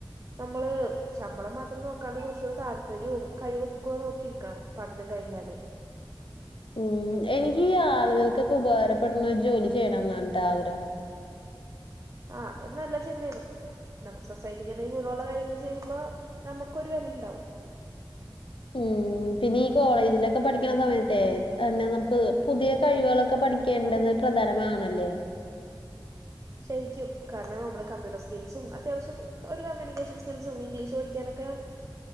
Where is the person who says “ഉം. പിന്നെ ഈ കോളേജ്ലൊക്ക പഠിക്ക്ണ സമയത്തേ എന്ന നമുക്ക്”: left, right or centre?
Left